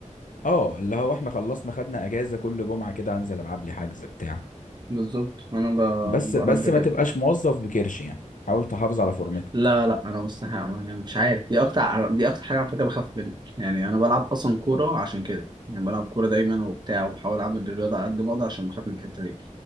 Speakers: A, on the left; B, on the right.
A: اه اللي هو احنا خلصنا خدنا اجازه كل جمعه كده هنزل العب لي حجز بتاع
B: بالظبط انا ب-
A: بس بس
B: بحب كده
A: ما تبقاش موظف بكرش يعني حاول تحافظ على فورمتك
B: لا لا انا مستحيل أعمل- يعني مش عارف دي اكتر دي اكتر حاجه على فكره بخاف منها يعني انا بلعب اصلا كوره عشان كده يعني بلعب كوره دايما وبتاع وبحاول اعمل الرياضه على قد ما اقدر عشان بخاف من الحته دي